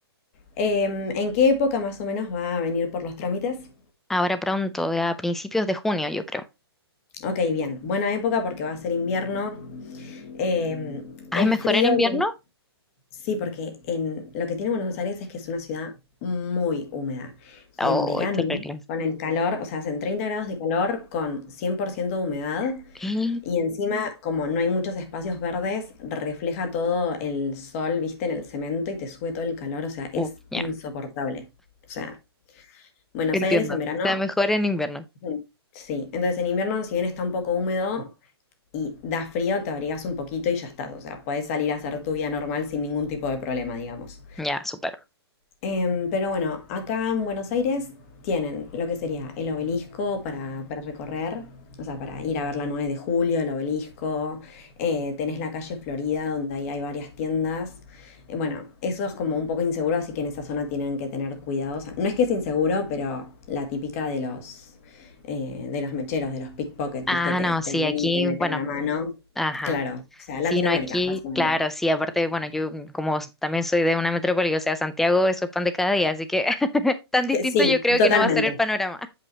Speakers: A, on the left (about 35°); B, in the centre.
A: em, ¿en qué época más o menos va a venir por los trámites?
B: ahora pronto, a principios de junio, yo creo.
A: Ok, bien. Buena época porque va a ser invierno. Em,
B: ¿Ah,
A: es
B: es mejor
A: frío.
B: en invierno?
A: y- Sí, porque en, lo que tiene Buenos Aires es que es una ciudad muy húmeda.
B: Oh,
A: Y en verano,
B: te arreglas.
A: con el calor, o sea, hacen 30 grados de calor con 100% de humedad.
B: <gasps>
A: Y encima, como no hay muchos espacios verdes, refleja todo el sol, viste, en el cemento y te sube todo el calor. O sea, es
B: Uh, ya,
A: insoportable. O sea, Buenos
B: Entiendo.
A: Aires en
B: O
A: verano,
B: sea, mejor en invierno.
A: ujú, sí. Entonces en invierno, si bien está un poco húmedo, y da frío, te abrigas un poquito y ya estás. O sea, puedes salir a hacer tu vida normal sin ningún tipo de problema, digamos.
B: ya, súper.
A: Em, pero bueno, acá en Buenos Aires tienen lo que sería el obelisco para, para recorrer, o sea, para ir a ver la 9 de julio, el obelisco. eh, tenés la calle Florida, donde ahí hay varias tiendas. Eh, bueno, eso es como un poco inseguro, así que en esa zona tienen que tener cuidado. O sea, no es que es inseguro, pero la típica de los, eh, de los mecheros, de los pickpockets,
B: Ah,
A: viste, que
B: no, sí,
A: te ven
B: aquí,
A: y te meten
B: bueno,
A: la mano.
B: ajá.
A: Claro, o sea,
B: Sí,
A: Latinoamérica,
B: no, aquí,
A: básicamente.
B: claro, sí, aparte, bueno, yo mm, como s- también soy de una metrópoli, o sea, Santiago, eso es pan de cada día, así que <laughs> tan distinto
A: Que Sí,
B: yo creo
A: totalmente,
B: que no va a ser el panorama.